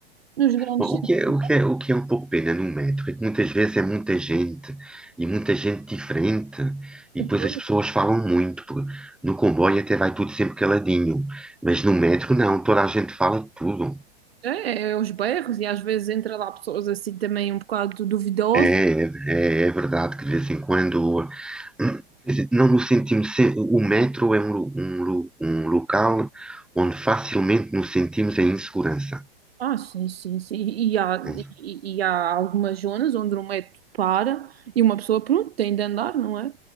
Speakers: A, on the right; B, in the centre.
A: nos grandes
B: O
A: centros
B: que é, o que é, o que é um pouco pena no metro é que muitas vezes é muita gente e muita gente diferente
A: de
B: e
A: cultura,
B: depois as pessoas falam muito. porque No comboio até vai tudo sempre caladinho, mas no metro não, toda a gente fala de tudo.
A: é, é, os bairros e às vezes entra lá pessoas assim também um bocado duvidosas,
B: É, é, é verdade que de vez em quando, hum, quer dizer, não no sentimos, se- o metro é um, lu- um, lu- um local onde facilmente nos sentimos em insegurança.
A: Ah, sim, sim, sim. E há,
B: né?
A: e, e há algumas zonas onde o metro para e uma pessoa, pronto, tem de andar, não é?